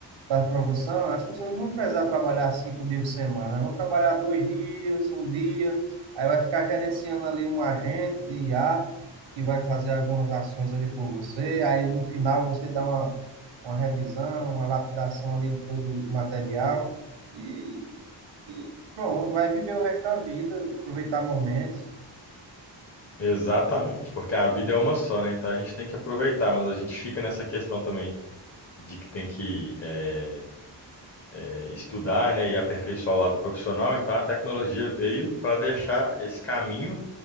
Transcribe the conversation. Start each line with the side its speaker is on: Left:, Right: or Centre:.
Right: da profissão, as pessoas não vão precisar trabalhar cinco dias por semana, vão trabalhar dois dias, um dia, aí vai ficar gerenciando ali um agente de IA que vai fazer algumas ações ali por você, aí no final você dá uma, uma revisão, uma lapidação ali de todo o material e, e pronto, vai viver o resto da vida, aproveitar momentos.
Left: Exatamente, porque a vida é uma só, né? Então a gente tem que aproveitar, mas a gente fica nessa questão também de que tem que eh, é, estudar, né, e aperfeiçoar o lado profissional, então a tecnologia veio para deixar esse caminho